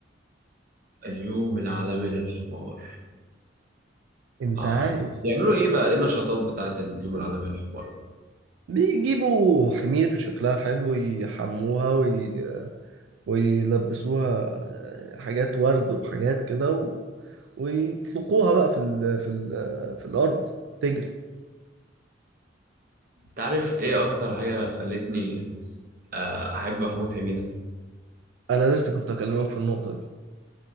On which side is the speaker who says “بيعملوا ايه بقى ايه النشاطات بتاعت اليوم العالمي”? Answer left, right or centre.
Right